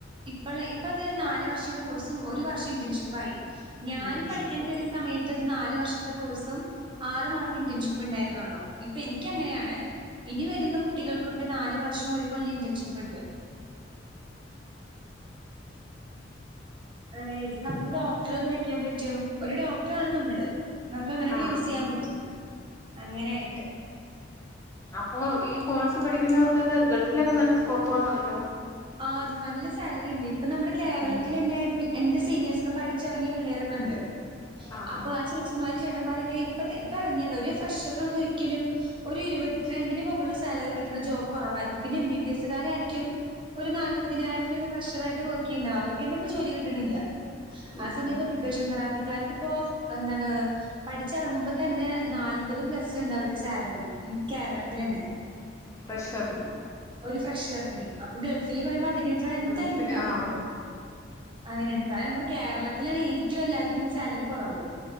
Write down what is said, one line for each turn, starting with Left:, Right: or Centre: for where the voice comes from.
Right: ഇപ്പള് ഇപ്പത് നാല് വർഷം കോഴ്സും ഒരു വർഷം ഇന്റേൺഷിപ്പ ആയി ഞാന്
Left: ഇന്റേൺഷിപ്പ്
Right: പഠിക്കാൻ കേറി സമയത്ത്ത് നാല് വർഷത്തെ കോഴ്സും ആറു മാസം ഇന്റേൺഷിപ്പ് ഉണ്ടായിരുന്നള്ളൂ ഇപ്പൊ എനിക്ക് അങ്ങനെയാണ് ഇനി വരുന്ന കുട്ടികൾക്കൊക്കെ നാല് വർഷം ഒരു കൊല്ലം ഇന്റേൺഷിപ്പ് ഇണ്ട്. അങ്ങനെ നമുക്ക് ഡോക്ടർന്ന് വെക്കാൻ പറ്റും ഒരു ഡോക്ടറാണ് നമ്മള്. നമുക്ക് അങ്ങനെയൊക്കെ
Left: ആഹ്
Right: യൂസ്
Left: ആഹ്
Right: ചെയ്യാൻ പറ്റൂ അങ്ങനൊയിട്ട്
Left: അപ്പൊ ഈ കോഴ്സ് പഠിക്കുന്നവർക്കൊക്കെ ഗൾഫിലൊക്കെ നല്ല സ്കോപ്പ് കണോല്ലോ
Right: ആ അത് നല്ല സാലറിണ്ട് ഇപ്പൊ നമ്മുടെ കേരളത്തിൽലെന്നേ
Left: ഉം
Right: എന്റെ സീനിയേഴ്സ് ഒക്കെ പഠി ച്ചറങ്ങിയ പിള്ളേരൊക്കെ ഇണ്ട്.
Left: ആഹ്
Right: അപ്പൊ
Left: ആഹ്
Right: ആ ചേച്ചിമാരും ചേട്ടന്മാരൊക്കെ ഇപ്പ ഇപ്പ ഇറങ്ങിയത ഒരു ഫ്രഷറിനൊന്നും ഒരിക്കലും ഒരു ഇരുപത്തിരണ്ടിന് മുകളിൽ സാലറി കിട്ടുന്ന ജോബ് കുറവായിരിക്കും, പിന്നെ എം ബി ബി എസ്കാരായിരിക്കും ഒരു നാല്പതിനായിരത്തിനൊക്കെ പ്രഷർയിട്ട് വർക്ക് ചെയ്യണ്ടാവ അവർക്ക്ന്നെപ്പൊ ജോലി കിട്ടണില്ല.
Left: ഉം
Right: ആ സമയത്തോ
Left: ഉം
Right: കിപേഷൻ
Left: ഉം
Right: തറപ്പിക്കാർക്ക് ഇപ്പപ്പോന്താണ് പഠിച്ചിറങ്ങുമ്പോ തന്നെ നാല്പത് പ്ലസ്ണ്ട് അവർക്ക് സാലറി കേരളത്തിൽ തന്നെ. <inaudible>
Left: പ്രഷർന്
Right: ഒരു ഫ്രഷറിന് അപ്പൊ ഗൾഫില് പറയുമ്പോ അതിനേക്കാൾ എന്തായാലും
Left: ഗൾഫില്
Right: ഉണ്ടാവോല്ലോ.
Left: ആഹ്
Right: അങ്ങനെണ്ട് നമ്മുടെ കേരളത്തിലാണ് ഏറ്റവും എല്ലാത്തിനും സാലറി കുറവ്.